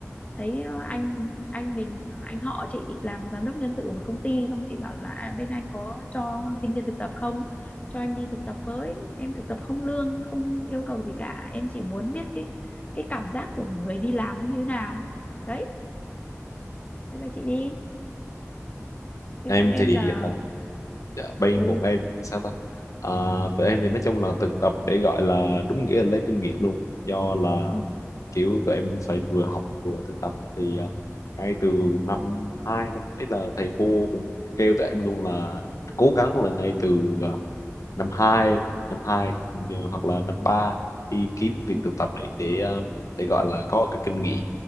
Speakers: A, on the left; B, on the left.
A: thấy ờ, anh anh mình ờ, anh họ chị làm giám đốc nhân sự của một công ty xong chị bảo là à, bên anh có cho sinh viên thực tập không cho em đi thực tập với em thực tập không lương không yêu cầu gì cả em chỉ muốn biết cái cái cảm giác của người đi làm nó như thế nào đấy thế là chị đi thế
B: Em
A: bọn em
B: thì
A: là
B: ờ, dạ, bên
A: ừ
B: bọn em thì sao ta à, tụi em thì nói chung là thực tập để gọi là đúng nghĩa là lấy kinh nghiệm luôn do là
A: ừ
B: kiểu tụi em phải vừa học vừa thực tập thì à, ngay từ năm hai năm ấy là thầy cô cũng kêu tụi em luôn là cố gắng là ngay từ à, năm hai năm hai ừ, hoặc là năm ba đi kiếm việc
A: ừ
B: thực tập để để ờ, để gọi
A: ừ
B: là có cái kinh nghiệm